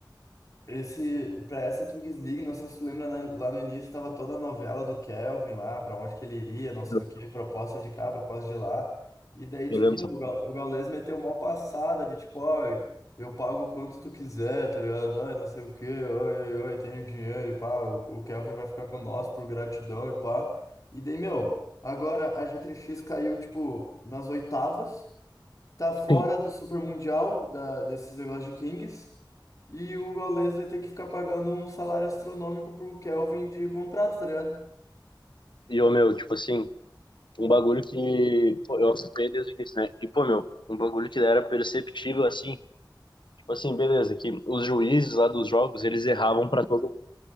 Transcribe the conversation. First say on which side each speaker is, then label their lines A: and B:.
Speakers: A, on the left (about 45°); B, on the left (about 75°).
A: Esse, pra essa Kings League, não sei se tu lembra, né, lá no início estava toda a novela do Kelvin lá, pra onde que ele iria, não sei
B: eu
A: o quê, proposta de cá, proposta de lá. E daí, tipo,
B: eu lembro.
A: o,
B: só.
A: Ga- o Gaules meteu uma passada de tipo, ó, eu pago quanto tu quiser, tá ligado? Ai, não sei o quê, oi, oi, oi, tenho dinheiro e pá, o, o Kelvin vai ficar com nós por gratidão e pá. E daí, meu, agora a G3X caiu, tipo, nas oitavas, tá fora
B: Sim.
A: do Super Mundial da, desses negócios de Kings. E o Gaules vai ter que ficar pagando um salário astronômico pro Kelvin de contrato, tá ligado?
B: E, ô, meu, tipo assim, um bagulho que pô, eu acompanhei desde o início, né? E, pô, meu, um bagulho que era perceptível, assim, tipo assim, beleza, que os juízes lá dos jogos, eles erravam pra todo